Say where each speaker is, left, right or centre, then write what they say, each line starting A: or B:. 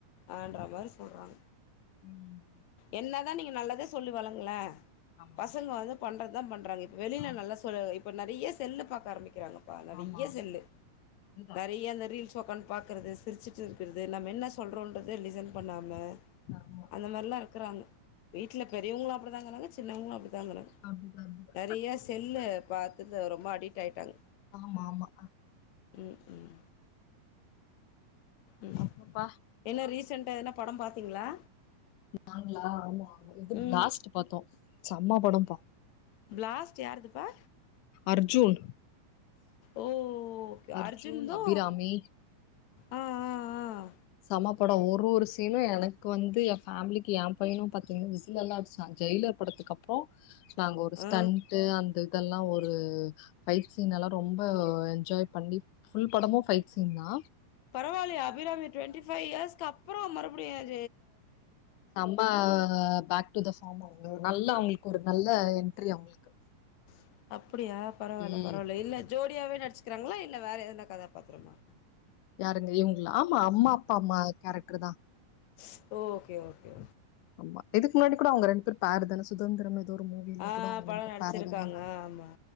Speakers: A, on the left; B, on the left.
A: அன்ற மாதிரி சொல்றாங்க
B: ஆமா ம்
A: என்ன அதான் நீங்கள் நல்லதே சொல்லி வளங்களே
B: ஆமா
A: பசங்க வந்து பண்றது அதான் பண்றாங்க இப் வெளியில
B: ஆமா
A: நல்ல சொல்ல வை இப்போ நெறைய செல்லு பாக்க ஆரம்பிக்கிறாங்க நெறைய
B: ஆமா ஆமா
A: செல்லு
B: அதுதா
A: நெறைய இந்த ரீல்ஸ் போன் பாக்குறது சிரிச்சுட்டு இருக்கிறது நம்ம என்ன சொல்கிறோன்றத லிசன் பண்ணாம
B: ஆமா
A: அந்த மாரிலாம் இருக்கிறாங்க வீட்டுல பெரியவங்களும் அப்படிதாங்றாங்க சின் சின்னவங்களும் அப்புடி தாங்கிறாங்க
B: அப்டிதா அப்டிதா
A: நெறையா செல்லு பாத் த்து ரொம்ப அடிக்ட் ஆயிட்டாங்க
B: ஆமா ஆமா
A: உம் உம் உம்
B: அப்பப்பா
A: என்ன ரீச் ரீசன்டா என்ன படம் பாத்தீங்களா
B: நாங்களா ஆமா ஆ இது
A: ம்
B: பிளாஸ்ட்ட் பாத்தோம் செம்ம படம்பா
A: பிளாஸ்ட் யாருதுப்பா
B: அர்ஜுன்
A: ஓ ஓகே
B: அர்ஜுன்
A: அர்ஜுன்னோ
B: அபிராமி
A: ஆஹ ஆஹ ஆஹ
B: சம்மபடம் ஒரு ஒரு சீனும் எனக்கு வந்து என் பேமிலிக்கி என் பையன் பாத்தீங்க விசில் எல்லாம் அடிச்சான் ஜெயிலர் படத்துக்கு அப்புறம் நாங்க ஒரு ஸ்டண்டு
A: ஆ ஆ
B: அந்த இதெல்லாம் ஒரு பைட் சீன் எல்லாம் ரொம்ப என்ஜாய் கண்டிப் புல் படமோ பைட் சின்னா
A: பரவில்ல அபிராமி டுவென்டி ஃபைய் இயர்ஸ்கு அப்புறம் மறுபடியும்
B: அம்மா பேக் டுத ஃபாமோ நல்ல அவங்களுக்கு ஒரு நல்ல என்ரி அவங்களுக்கு
A: அப் அப்படியா பரவால்ல
B: ம்
A: பரவால்ல இல்ல ஜோடியாவே நடிச்சிக்கிறாங்களா இல்ல வேற எத கதாபாத்திரமா
B: யாரது இவங் ஆமா அம்மா அப்பா அம்மா கேரக்டர் தான்
A: ஸ் ஓகே ஓகே
B: ஆமா இதுக்கு முன்னாடி கூட அவங்க ரெண்டு பேரும் பேருதான சுதந்திரம் ஏதோ ஒரு மூவில
A: ஆஹ
B: கூட அவங்க
A: படம்
B: ரெண்டு
A: நடிச்சிருக்காங்க
B: பேர் பேர் தானே
A: ஆமா